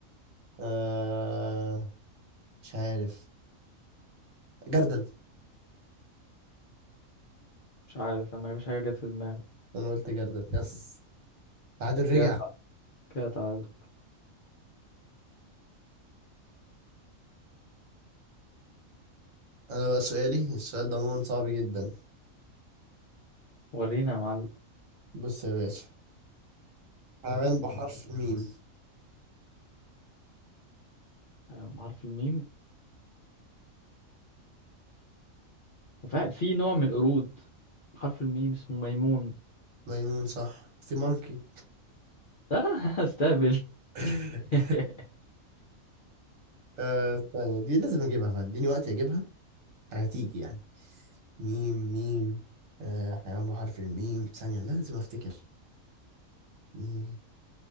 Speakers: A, on the right; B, on the left.
A: آه مش عارف جردل
B: مش عارف انا مفيش حاجة جت في دماغي
A: أنا قلت جردل يس تعادل
B: كده
A: رجع
B: تع- كده تعال
A: أنا بقى سؤالي السؤال ده عموما صعب جدا
B: <laughs> ورينا يا معلم
A: بص يا باشا حيوان بحرف الميم
B: حيوان بحرف الميم وفي في نوع من القرود بحرف الميم اسمه ميمون
A: ميمون صح في مونكي
B: لا <laughs> استهبل
A: <laughs>
B: <laughs>
A: آه ثانية دي لازم اجيبها فاديني وقت اجيبها هتيجي يعني ميم ميم آه حيوان بحرف الميم ثانية لازم افتكر ميم